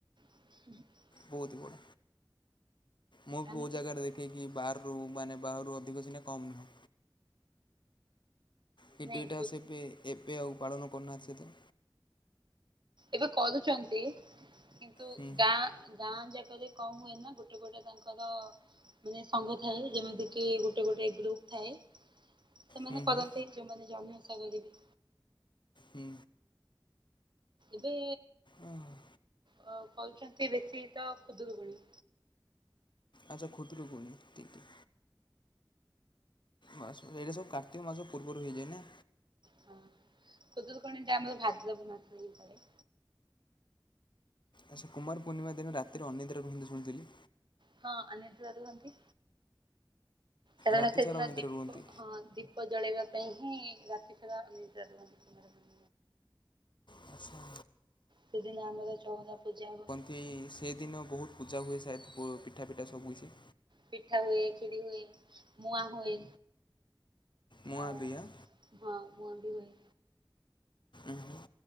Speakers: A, on the right (about 70°); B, on the left (about 70°).
A: ଉଁ ହୁଁ।
B: ବୋହୁତି ବଡ଼ ମୁଁ ବି
A: ଆମେ
B: ବୋହୁ
A: ହୁଁ
B: ଜାଗାରେ ଦେ ଖେକି ବହାରରୁ ମାନେ ବାହାରୁ ଅଧିକ ସିନା କମ୍ ନୁହଁ। କିଟୁ
A: ନାଇଁ
B: ଏଟା
A: ପୁ
B: ସେବେ ଏବେ ଆଉ ପାଳନ କରୁନାହାନ୍ତି ସେତେ।
A: ଏବେ କରୁଚନ୍ତି କିନ୍ତୁ
B: ହୁଁ
A: ଗାଁ ଗାଁ ଯାକରେ କଁ ହୁଏ ନାଁ ଗୋଟେ ଗୋଟେ ତାଙ୍କର ମାନେ ସଙ୍ଗ ଥାଏ ଯେମିତି କି ଗୋଟେ ଗୋଟେ ଗ୍ରୁପ୍ ଥାଏ ସେମାନେ
B: ହୁଁ
A: କରନ୍ତି
B: ହୁଁ
A: ଯୋଉମାନେ ଜନ୍ନିଓଷା କରିବେ।
B: ହୁଁ।
A: ଏବେ
B: ଉଁ ହୁଁ।
A: ଅ କରୁଛନ୍ତି ବେଶୀ ତ ଖୁଦୁରୁକୁଣୀ।
B: ଆଚ୍ଛା ଖୁଦୁରୁକୁଣୀ ଟି ଟି। ବାସ୍ ବା ଏଇଟା ସବୁ କାର୍ତ୍ତିକ ମାସ ପୂର୍ବରୁ ହେଇଯାଏ ନାଁ?
A: ହଁ ଖୁଦରୁକୁଣୀଟା ଆମର ଭାଦ୍ରବ ମାସରେ ଇ ପଡ଼େ।
B: ଆଚ୍ଛା କୁମାର ପୂର୍ଣ୍ଣିମା ଦିନ ରାତିରେ ଅନିଦ୍ରା ରୁହନ୍ତି ଶୁଣିଥିଲି।
A: ହଁ ଅନିଦ୍ରା ରୁହନ୍ତି କାରଣ
B: ରାତି
A: ସେଦିନ
B: ସାରା ଅନିଦ୍ରା
A: ଦୀପ
B: ରୁହନ୍ତି
A: ହଁ ଦି ପ ଜଳେଇବା ପାଇଁ ହିଁ ରାତି ସାରା ଅନିଦ୍ରା ରୁହନ୍ତି କୁମାର ପୂର୍ଣ୍ଣି
B: ଆଚ୍ଛା।
A: ସେଦିନ ଆମର ଚଉରା ପୂଜା ହୁଏ।
B: ସେ ସେଦିନ ବହୁତୁ ପୂଜା ହୁଏ ସାୟଦେ ପିଠା ପିଠା ସବୁ କିଛି।
A: ପିଠା ହୁଏ ଖିରି ହୁଏ ମୁଆଁ ହୁଏ
B: ମୁଆଁ
A: ଆଉ
B: ବି ଆଁ?
A: ହଁ କୁହନ୍ତି ଭାଇ।
B: ଉଁ ହୁଁ।